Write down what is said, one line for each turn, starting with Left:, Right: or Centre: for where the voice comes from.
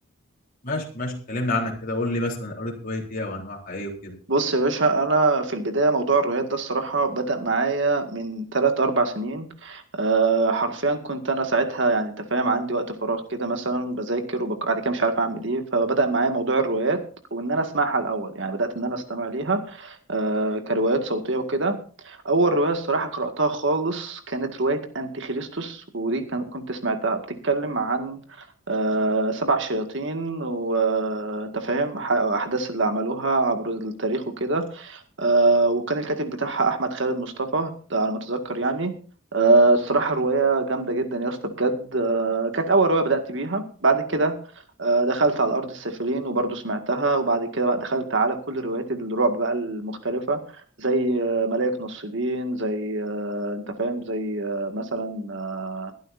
Left: ماشي ماشي اتكلمنا عنها كده قول لي مثلا قريت رواية ايه وانواعها ايه وكده
Right: بص يا باشا انا في البدايه موضوع الروايات ده الصراحه بدا معايا من 3 4 سنين أه حرفيا كنت انا ساعتها يعني انت فاهم عندي وقت فراغ كده مثلا بذاكر وبعد كده مش عارف اعمل ايه فبدا معايا موضوع الروايات وان انا اسمعها الاول يعني بدات ان انا استمع ليها أه كروايات صوتيه وكده اول روايه الصراحه قراتها خالص كانت روايه انتي خريستوس ودي كان كنت سمعتها بتتكلم عن آه، سبع شياطين وانت فاهم ح- احداث اللي عملوها عبر التاريخ وكده آه، وكان الكاتب بتاعها احمد خالد مصطفى ده على ما اتذكر يعني آه، الصراحه روايه جامده جدا يا اسطى بجد آه، كانت اول روايه بدات بيها بعد كده آه، دخلت على ارض السافلين وبرضه سمعتها وبعد كده بقى دخلت على كل روايات الرعب بقى المختلفه زي آه، ملائك نصيبين زي آه، انت فاهم زي آه، مثلا آه،